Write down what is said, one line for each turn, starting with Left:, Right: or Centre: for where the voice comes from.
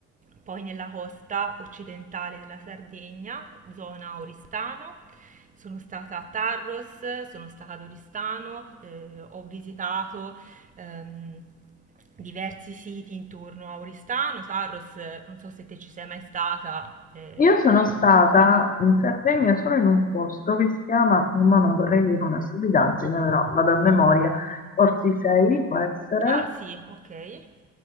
Right: poi nella costa occidentale della Sardegna, zona Oristano. Sono stata a Tarros, sono stata ad Oristano, eh, ho visitato ehm, diversi siti intorno a Oristano. Tarros, eh, non so se te ci sei mai stata. eh.
Left: Io sono stata in Sardegna solo in un posto che si chiama, ma non vorrei dire una stupidaggine, però vado a memoria, Ortisei può essere,
Right: Ah, sì, ok.